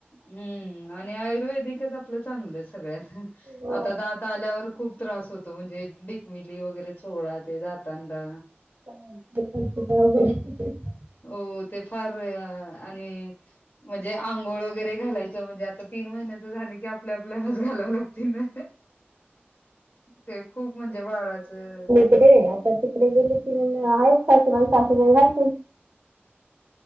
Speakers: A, on the left (about 50°); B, on the right (about 70°).
A: हम्म आणि आयुर्वेदिकच आपलं चांगलं आहे सगळ्यात
B: हो
A: आता दात आल्यावर खूप. त्रास होतो म्हणजे डिकमिली वगैरे सोळा ते दातांना.
B: <unintelligible>
A: हो ते फार आणि म्हणजे आंघोळ वगैरे घालायचं म्हणजे आता तीन महिन्याच झाले की आपल्या आपल्यालाच घालावं लागतील ना ते खूप म्हणजे बाळाचं
B: रे आता तिकडे गेले की आहे का मा वेल